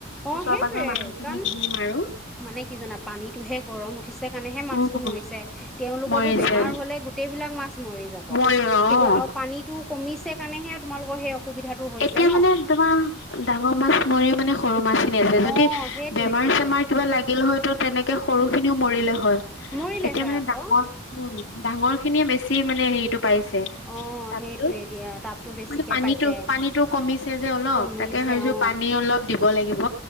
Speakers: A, in the centre; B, on the left (about 65°).
A: অ
B: ওচৰ
A: সেইটোৱে
B: পাজৰ মানুহ খিনিক
A: কাৰণ
B: দিম আৰু।
A: মানে কি জানা পানীটোহে গৰম উঠিছে কাৰণেহে মাছটো
B: উম
A: মৰিছে তেওঁলোকৰতো
B: মৰিছে
A: বেমাৰ হলে গোটেইবিলাক মাছ মৰি যাব
B: মৰিব অ
A: কিন্তু আৰু পানীতো কমিছে সেইকাৰণেহে তোমালোকৰ সেই অসুবিধাটো হৈছে
B: এতিয়া
A: ন
B: মানে তোমাৰ ডাঙৰ মাছ মৰিও মানে সৰু মাছখিনি আছে যদি
A: অ সেইটোৱে
B: বেমাৰ
A: সেইটোৱে
B: চেমাৰ কিবা লাগিল হয়তো তেনেকে সৰু খিনিও মৰিলে হয়
A: মৰিলে
B: এতিয়া
A: হয়
B: মানে
A: আকৌ
B: ডাঙৰ উ ডাঙৰ খিনিয়ে বেছি মানে হেৰিটো পাইছে
A: অ
B: তাপটোত
A: সেইটোৱে দিয়া তাপতো বেছিকে
B: মানে পানীতো
A: পাইছে
B: পানীটো কমিছে যে অলপ
A: কমিছে
B: তাকে ভাবিছো
A: অ
B: পানী অলপ দিব লাগিব